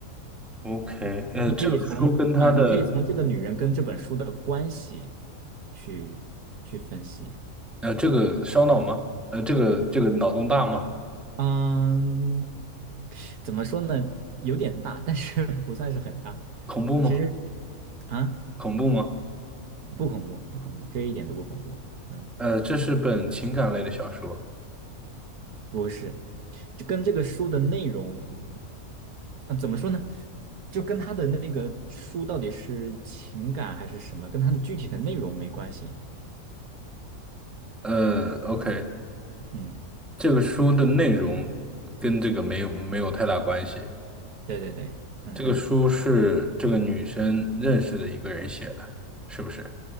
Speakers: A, in the centre; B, on the right (about 85°).
A: ？OK，呃，
B: 你可以从啊、
A: 这个书跟它的
B: 呃你可以从这个女人跟这本书的关系去去分析。
A: 呃这个烧脑吗？呃，这个这个脑洞大吗？
B: 嗯，怎么说呢？有点大，但是 <laughs> 不算是很大。
A: 恐怖吗？
B: 其实啊，
A: 恐怖吗？
B: 不恐怖，不恐怖，这一点都不恐怖。嗯，
A: 呃，这是本情感类的小说。
B: 不是，就跟这个书的内容，啊，怎么说呢？就跟他的那个书到底是情感还是什么，跟他的具体的内容没关系。
A: 呃，OK，
B: 嗯，
A: 这个书的内容跟这个没有没有太大关系。
B: 对对对，嗯
A: 这个书是这个女生认识的一个人写的，是不是？